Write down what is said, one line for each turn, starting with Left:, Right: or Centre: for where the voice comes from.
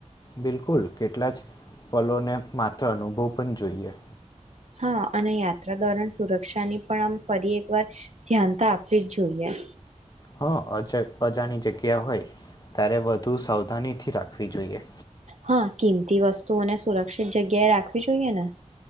Left: બિલકુલ કેટલા જ પલોને માત્ર અનુભવ પણ જોઈએ.
Right: હા અને યાત્રા દોરન સુરક્ષાની પણ આમ ફરી એકવાર ધ્યાન તો આપવી જ જોઈએ.
Left: હ, અ જે બજાની જગ્યા હોય ત્યારે વધુ સાવધાની થી રાખવી જોઈએ.
Right: હા, કિંમતી વસ્તુઓને સુરક્ષિત જગ્યાએ રાખવી જોઈએ ને.